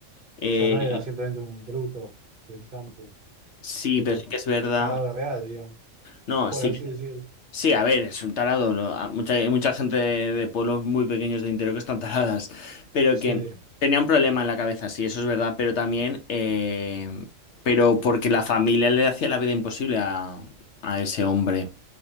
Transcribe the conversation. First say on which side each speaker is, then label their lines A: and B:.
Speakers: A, on the left; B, on the right.
A: Eh,
B: sea, no era simplemente un bruto del campo,
A: sí,
B: era
A: pero
B: un
A: sí que es verdad.
B: tarado real, digamos,
A: No,
B: por
A: sí
B: así decirlo.
A: Sí, a ver, es un tarado. ¿no? A- Mucha, hay mucha gente de, de pueblos muy pequeños de interior que están taradas, pero
B: Sí.
A: que tenía un problema en la cabeza, sí, eso es verdad, pero también, eh, pero porque la familia le hacía la vida imposible a, a ese hombre.